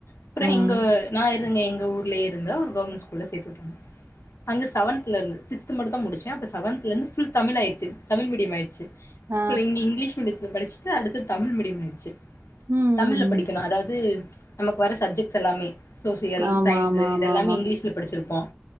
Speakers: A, on the left; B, on the right.
A: அப்புறம்
B: ம்.
A: எங்க நான் க எங்க ஊர்லயே இருந்த ஒரு கவர்மண்ட் ஸ்கூல்ல சேதுவிட்டாங்க அங்க சவன்த்துல இருந்து சிக்ஸ்த் மட்டும்தான் முடுச்சேன் அப்புறம் சவன்த்ல இருந்து ஃபுல் தமிழ்லாய்டுச்சு தமிழ் மீடியம் ஆய்டுச்சு ஃபுல்
B: ஆ.
A: இங்க இங்கிலீஷ் மீடியத்துல படிச்சுட்டு அடுத்து தமிழ் மீடியம் ஆய்டுச்சு
B: ம், ம்,
A: தமிழ்ல படிக்கணும்
B: ம்.
A: அதாவது நமக்கு வர சப்ஜெக்ட்ஸ் எல்லாமே சோசியல்
B: ஆமா,
A: சயின்ஸு
B: ஆமா, ஆமா,
A: இது எல்லாமே
B: ஆமா.
A: இங்கிலீஷ்ல படிச்சிருப்போம்